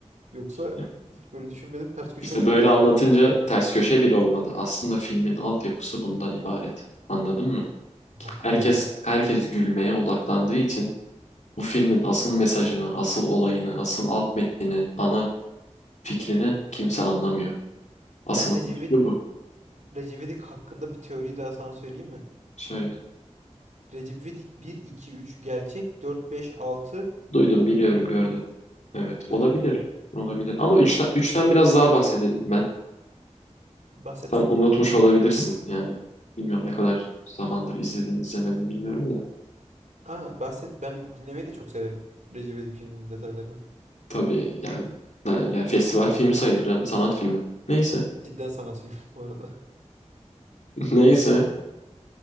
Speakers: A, on the right; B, on the left.
A: Yoksa
B: İşte,
A: hiç böyle düşünmedim. Ters köşe
B: işte
A: oldu
B: böyle
A: güzeldi.
B: anlatınca ters köşe bile olmadı. Aslında filmin altyapısı bundan ibaret. Anladın mı?
A: Bak
B: Herkes
A: ya.
B: herkes gülmeye odaklandığı için Bu filmin asıl mesajını, asıl olayını, asıl alt metnini, ana fikrini kimse anlamıyor. Asıl
A: Ben Recep
B: ana fikri
A: İvedik,
B: bu.
A: Recep İvedik hakkında bir teoriyi daha sana söyleyeyim mi?
B: Şöyle.
A: Recep İvedik 1, 2, 3 gerçek 4 5 altı
B: Duydum, biliyorum, gördüm. Evet, olabilir.
A: Duydun mu bunu?
B: Olabilir. Ama
A: Bu
B: üçten, üçten
A: Yo-
B: biraz daha bahsedelim ben.
A: bahset
B: Sen
A: bakalım
B: unutmuş
A: ben. üç-
B: olabilirsin. Yani bilmiyorum ne kadar zamandır izledin, izlemedin bilmiyorum da.
A: Aa bahset. Ben dinlemeyi de çok severim Recep İvedik filminin detaylarını.
B: Tabii yani, yani festival filmi sayılır canım, sanat filmi. Neyse.
A: Cidden sanat filmi <laughs> bu arada.
B: <laughs> Neyse.